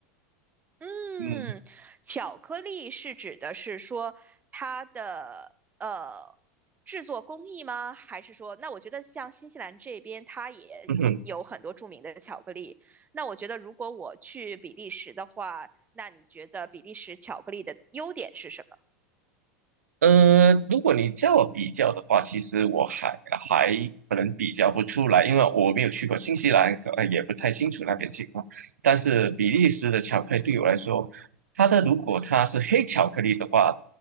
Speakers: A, on the right; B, on the right.
A: 嗯，
B: 嗯
A: 巧克力是指的是说它的呃制作工艺吗？还是说，那我觉得像新西兰这边，它也有很多著名的巧克力。
B: <laughs>，
A: 那我觉得如果我去比利时的话，那你觉得比利时巧克力的优点是什么？
B: 呃，如果你叫我比较的话，其实我还还可能比较不出来，因为我没有去过新西兰，可呃也不太清楚那边情况。但是比利时的巧克力对我来说，它的如果它是黑巧克力的话，